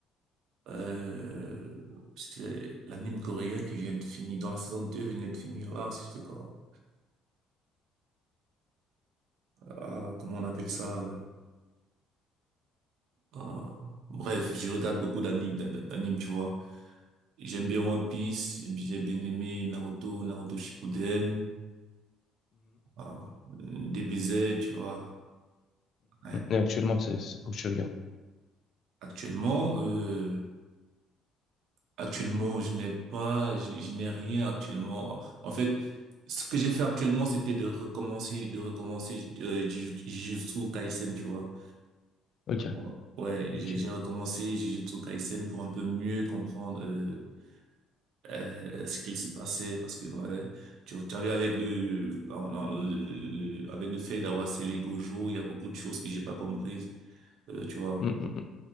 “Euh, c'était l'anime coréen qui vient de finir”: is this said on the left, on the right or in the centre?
Right